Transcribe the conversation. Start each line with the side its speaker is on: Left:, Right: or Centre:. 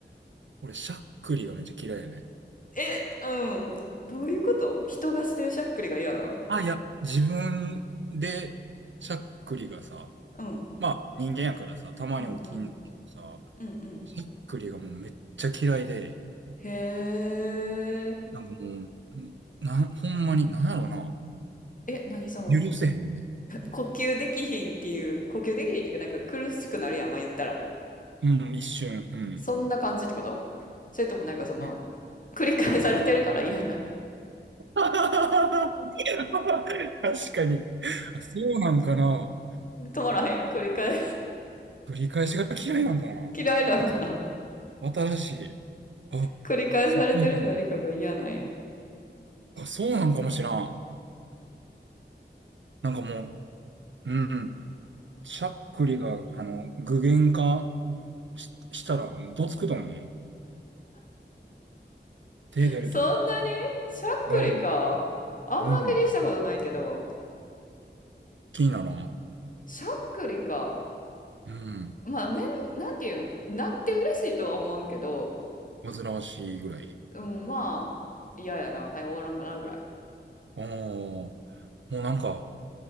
Right: 俺、しゃっくりがめっちゃ嫌いやねん。
Left: え、うん。どういうこと人がしてるしゃっくりが嫌な。
Right: あ、いや、自分で、しゃっくりがさ、
Left: うん。
Right: まあ人間やからさ、たまに起きんけどさ、
Left: うん、うん。うん、うん。
Right: しゃっくりがもうめっちゃ嫌いで、
Left: へえ。
Right: なんかもう、んなん、ほんまに、なんやろな、
Left: え、何その、
Right: 許せへんね
Left: 呼吸できひんっていう、呼吸できひんっていうか、なんか苦しくなるやん、まあ言ったら。
Right: ん。うん、一瞬、うん。
Left: そんな感じってことそれともなんかその、
Right: ね
Left: 繰り返されてるから嫌な。
Right: <laughs> 確かに。あ、そうなんかな。
Left: 止まらへんやん。繰り返、
Right: 繰り返しが嫌いなんかな。
Left: 嫌いなんかな。
Right: 新しい。あ、
Left: 繰り返されてる何かが嫌なんや。
Right: そこまで。あ、そうなんかもしらん。なんかもう、うん。しゃっくりが、あの、具現化し、したら、どつくと思う。手出ると思
Left: そんなにしゃっくりか。
Right: う。うん、
Left: あんま気にしたことないけど、
Right: うん。気にならん。
Left: しゃっくりか。
Right: うん。
Left: まあ、めん、なんていうん、なって嬉しいとは思わんけど、
Right: 煩わしいぐらい。
Left: うん、まあ、嫌やな。はい、終わらんかなぐらい。
Right: ああ、もうなんか、